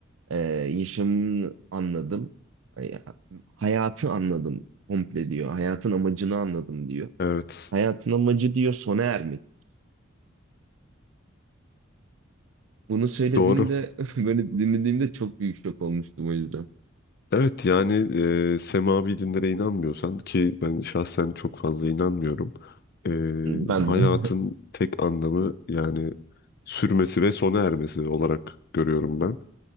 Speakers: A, on the right; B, on the left.
A: e, yaşamını anladım. Hay- Hayatı anladım komple diyor. Hayatın amacını anladım diyor.
B: Evet.
A: Hayatın amacı diyor sona ermek. Bunu söylediğinde
B: Doğru.
A: <laughs> böyle dinlediğimde çok büyük şok olmuştum o yüzden.
B: Evet yani e, semavi dinlere inanmıyorsan ki ben şahsen çok fazla inanmıyorum. E,
A: Ben
B: hayatın
A: de. <laughs>
B: tek anlamı yani sürmesi ve sona ermesi olarak görüyorum ben.